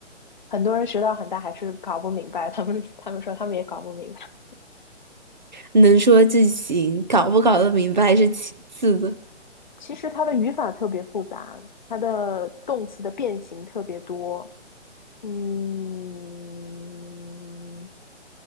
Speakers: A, on the left (about 40°); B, on the right (about 40°).
A: 很多人学到很大还是搞不明白，他们他们说他们也搞不明白。
B: 能说就行，搞不搞得明白是其次的，
A: 其实它的语法特别复杂，它的动词的变形特别多。嗯，